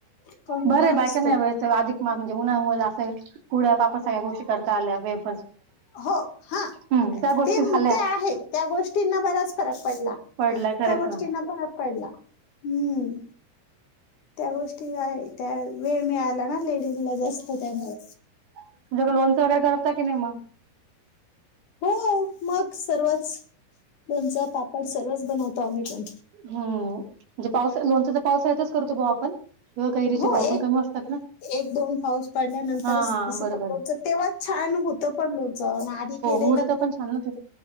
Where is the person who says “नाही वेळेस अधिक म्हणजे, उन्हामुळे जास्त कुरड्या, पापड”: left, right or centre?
Right